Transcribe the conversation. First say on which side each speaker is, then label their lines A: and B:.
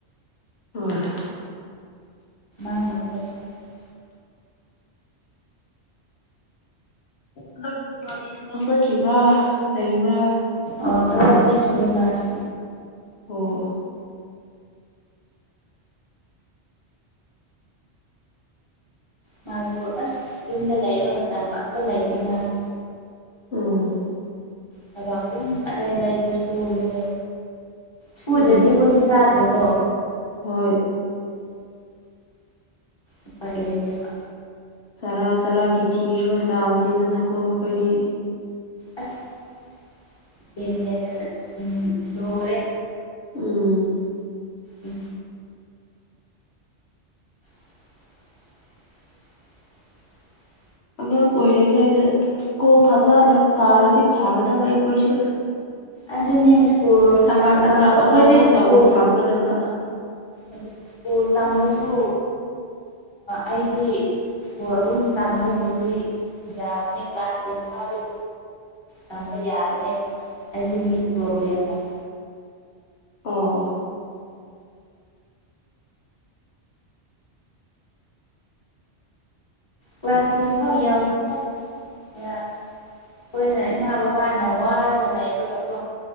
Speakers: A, on the left; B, on the left.
A: ꯍꯣꯏ
B: ꯅꯪꯅ ꯂꯧ ꯄꯨꯒꯁꯤꯟ <unintelligible>
A: ꯍꯟꯗꯛꯀꯤ ꯅꯨꯄꯥꯗꯤ ꯊꯕꯛ ꯆꯠꯈꯤꯕ꯭ꯔꯥ ꯂꯩꯕ꯭ꯔꯥ
B: ꯑꯣ ꯊꯕꯛ ꯆꯠꯈꯤꯌꯦ ꯃꯥꯁꯨ
A: ꯑꯣ
B: ꯃꯥꯁꯨ ꯑꯁ ꯌꯨꯝꯗ ꯂꯩꯕ ꯃꯇꯝ ꯉꯇ ꯂꯩꯇꯦ ꯃꯥꯁꯦ
A: ꯎꯝ
B: ꯊꯕ ꯑꯗꯨꯝ ꯑꯔꯩ ꯑꯔꯥꯏꯕ ꯁꯨꯕꯅꯦꯕ ꯁꯨꯗ꯭ꯔꯗꯤ
A: ꯎꯝ
B: ꯑꯩꯈꯣꯏꯗꯤ ꯆꯥꯗ꯭ꯔꯦ ꯑꯗꯣ
A: ꯍꯣꯏ
B: ꯎꯄꯥꯏ ꯂꯩꯇꯦꯕ
A: ꯆꯔꯥ ꯆꯔꯥꯒꯤ ꯊꯤꯔꯒ ꯆꯥꯕꯗꯩꯗꯨꯅꯀꯣ ꯑꯩꯈꯣꯏꯗꯤ
B: ꯑꯁꯅ ꯎꯝ ꯂꯣꯔꯦ
A: ꯎꯝ
B: ꯎꯝ <unintelligible>
A: ꯑꯉꯥꯡ ꯑꯣꯏꯔꯤꯉꯩꯗ ꯁ꯭ꯀꯨꯜ ꯐꯖꯅ ꯀꯥꯔꯗꯤ ꯐꯥꯒꯗꯕ ꯑꯩꯈꯣꯏꯁꯨ
B: ꯑꯗꯨꯅꯤ ꯁ꯭ꯀꯨꯜ
A: ꯊꯕꯛ
B: ꯇꯝꯕ
A: ꯑꯆꯧ
B: ꯑꯩꯈꯣꯏꯗꯤ
A: ꯑꯆꯧꯕ
B: ꯁ꯭ꯀꯨꯜ
A: ꯇꯧꯕ ꯐꯪꯒꯗꯕ
B: ꯑꯗꯨꯒ ꯁ꯭ꯀꯨꯜ ꯇꯝꯕꯁꯨ ꯑꯩꯗꯤ ꯁꯣ ꯑꯗꯨꯝ ꯇꯝꯕꯕꯨꯗꯤ ꯌꯥꯕꯅꯦ ꯀ꯭ꯂꯥꯁ ꯇꯦꯟ ꯐꯥꯎꯗꯤ ꯇꯝꯕ ꯌꯥꯕꯅꯦꯕ ꯑꯩꯁꯦ ꯃꯤꯠ ꯄ꯭ꯔꯣꯕ꯭ꯂꯦꯝ ꯍꯥꯏ
A: ꯑꯣ
B: ꯀ꯭ꯂꯥꯁ ꯇꯦꯟ ꯐꯥꯎ ꯌꯥꯎꯗꯤ ꯇ ꯑꯩꯈꯣꯏꯅ ꯏꯃꯥ ꯕꯕꯥꯅ ꯋꯥꯔꯒ ꯂꯩꯕꯒꯀꯣ